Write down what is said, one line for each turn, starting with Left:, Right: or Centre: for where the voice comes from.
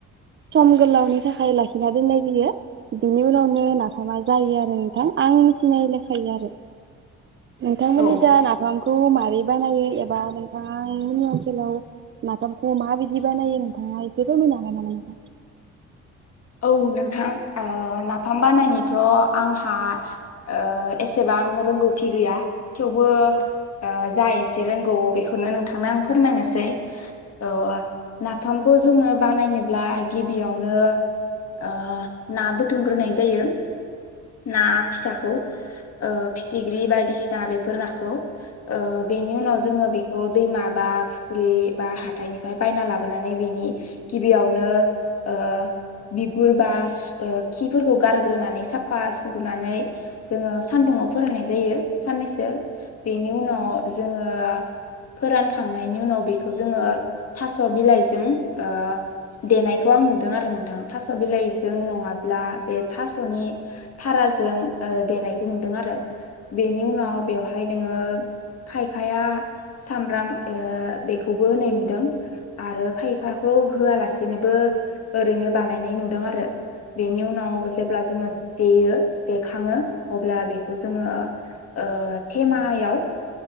Right: सम गोलावनि थाखाय लाखिना दोननाय जायो बिनि उनाव ने नाफामा जायो आरो नोंथां आं मिथिनाय लेखायै आरो नोंथांमोननि
Left: औ
Right: जा नाफामखौ मारै बानायो एबा नोंथां आ नि ओनसोलाव नाफामखौ माबायदि बानायो नोंथाङा एसे फोरमायनो हागोन नामा नोंथां?
Left: औ नोंथां ओ नाफाम बानायनोथ आंहा ओ एसेबां रोंगौथि गैया थेवबो ओ
Right: औ
Left: जाय एस से रोंगौ बेखौनो नोंथांनो आं फोरमायनोसै औओ फामखौ जोंङो बानायनोब्ला गिबियावनो ओ ना बुथुमग्रोनाय जायो। ना फिसाखौ ओ फिथिग्रि बायदिसिना बेफोर नाखौ बेनि उनाव जोंङो बेखौ दैमा बा फुख्रि बा हाथाइनिफ्राय बायना लाबोनानै बेनि गिबियावनो ओ बिगुर बा सु ओ खिफोरखौ गारग्रोनानै साफा सुगोरनानै जोङो सानदुङाव फोरान्नाय जायो। सान्नैसो बेनि उन नाव जोङो फोरानखांनायनि उनाव बेखौ जोङो थास' बिलायजों ओ देनायखौ आं नुदों आरो नोंथां। थास' बिलायजों नङाब्ला बे थास'नि थाराजों देनायखौ नुदों आरो। बेनि उनाव बेवहाय नोङो खायफाया सामब्राम ओ बेखौबो होनाय नुदों आरो खायफाखौ होआलासेनोबो ओरैनो बानायनाय नुदों आरो। बेनि उनाव जेब्ला जोङो देयो देखाङो अब्ला बेखौ जोङो ओ थेमायाव